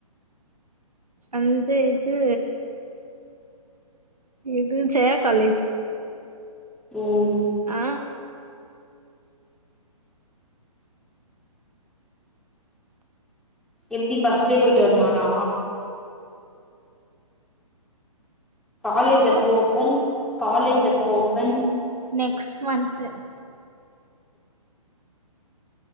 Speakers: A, on the right; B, in the centre.
A: அந்த இது இது ஜெயா காலேஜ்
B: ம்
A: ஆ
B: எப்டி பஸ்லயே போய்ட்டு வருவானா காலேஜ்
A: ஆ
B: எப்ப ஓப்பன் காலேஜ் எப்ப ஓப்பன்
A: நெக்ஸ்ட் மன்த்து